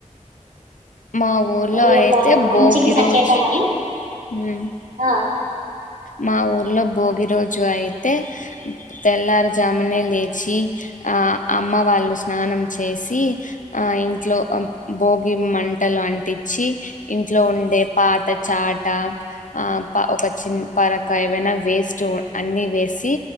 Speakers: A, on the left; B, on the right.
A: మా ఊర్లో
B: అది
A: అయితే
B: ఒక మంచికి
A: భోగి
B: సంకేతం
A: రోజు
B: అని
A: ఉహ్
B: ఆ
A: మా ఊర్లో భోగి రోజు అయితే తెల్లారుజామునే లేచి ఆ అమ్మ వాళ్ళు స్నానం చేసి ఆ ఇంట్లో భోగి మంటలు అంటించి ఇంట్లో ఉండే పాత చాట ఆ పా ఒక చిన్న పరక ఏమైనా వేస్ట్ వు అన్ని వేసి